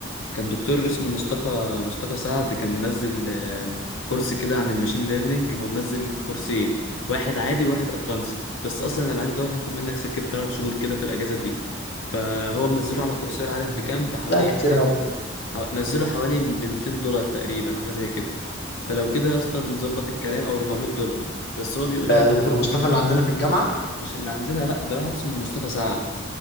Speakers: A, on the left; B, on the left.
A: كان دكتور اسمه مصطفى مصطفى سعد كان منزل آه، كورس كده عن الماشين ليرنينج هو منزل كورسين واحد عادي وواحد ادفانسد بس اصلا العادي دوت هياخد منك سكه 3 شهور كده في الاجازه دي فهو منزله على كورسيرا عارف بكام بحوالي
B: لا كتير
A: 200
B: أوي
A: ح- نزله حوالي ب 200 دولار تقريبا حاجه زي كده فلو كده اصلا نظبط الكلام او 400 دولار بس هو بيقول
B: ده
A: لك
B: دكتور
A: انت
B: مصطفى
A: ممكن
B: اللي عندنا في الجامعه
A: مش اللي عندنا لا ده واحد اسمه مصطفى سعد